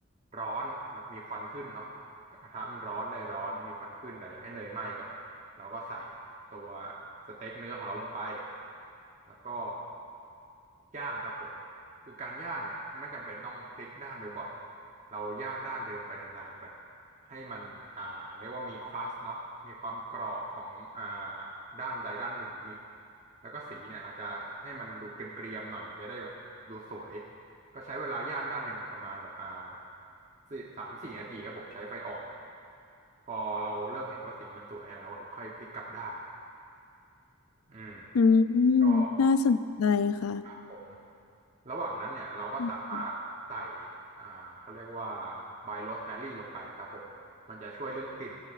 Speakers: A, on the right; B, on the left.
A: ร้อนแบบมีควันขึ้นเนาะกระทะมันร้อนเนยร้อน มีควันขึ้นแต่อย่าให้เนยไหม้ก่อนเราก็ใส่ตัวสเต็กเนื้อของเราลงไปแล้วก็ ย่างครับผมคือการย่างเนี่ยไม่จำเป็นต้องพลิกด้านบ่อยๆเราย่างด้านเดิมไปนานๆก่อนให้มันอ่าเรียกว่ามีครัสเนาะมีความกรอบของอ่าด้านใดด้านหนึ่งมีแล้วก็สีเนี่ยอาจจะให้มันดูเกรียมๆหน่อยมันจะได้แบบดูสวยก็ใช้เวลาย่างด้านหนึ่งเนี่ยประมาณแบบอ่าสี่สามสี่นาทีครับผมใช้ไฟอ่อนพอเราเริ่มเห็นว่าสีมันสวยเนี่ยเราถึงค่อยพลิกกลับด้านอืม
B: อืม
A: ก็
B: น่าสนใจค่ะ
A: ครับผมระหว่างนั้นเนี่ยเราก็สามารถใส่
B: อืม
A: อ่าเขาเรียกว่าใบโรสแมรี่ลงไปครับผมมันจะช่วยเรื่องกลิ่น